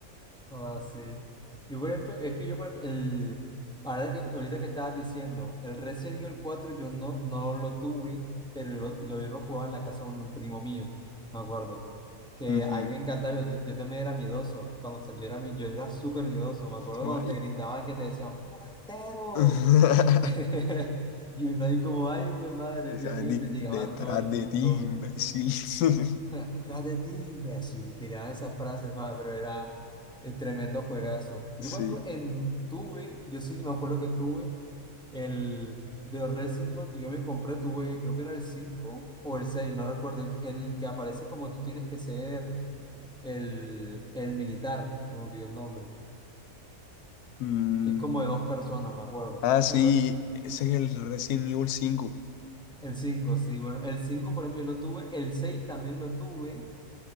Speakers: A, in the centre; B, on the left.
A: Oh, Ah, sí. Yo, por ejemplo, es que yo, por ejemplo, el, ahora que, ahorita que estabas diciendo, el Resident Evil cuatro yo no, no lo tuve, pero lo, lo- yo lo jugaba en la casa de un primo mío, me acuerdo. Que
B: ujú,
A: a mí me encantaba, yo, yo también era miedoso. Cuando salió era mi, yo era súper miedoso. Me acuerdo
B: ay.
A: cuando te gritaban que te decían, ¡Forastero!
B: <laughs>
A: <laughs> Y uno ahí como, ay, pues madre,
B: Es
A: qué
B: Andy
A: miedo, y te llegaban
B: detrás
A: todo el
B: de
A: mundo.
B: ti, imbécil. <laughs>
A: <laughs> Tras de ti, imbécil, tiraban esas frases, ¿sabes? Pero era el tremendo juegazo. Yo,
B: Sí.
A: por ejemplo, en, tuve, yo sí me acuerdo que tuve el de Resident Evil que yo me compré, tuve, creo que era el 5 o el seis no recuerdo, el que- en el que aparece como tú tienes que ser el, el militar, se me olvidó el nombre,
B: Mm,
A: que es como de dos personas, me acuerdo.
B: Ah,
A: Ese,
B: sí,
A: me lo,
B: ese es el Resident Evil cinco
A: El 5 sí, bueno, el 5 por ejemplo yo lo tuve, el 6 también lo tuve,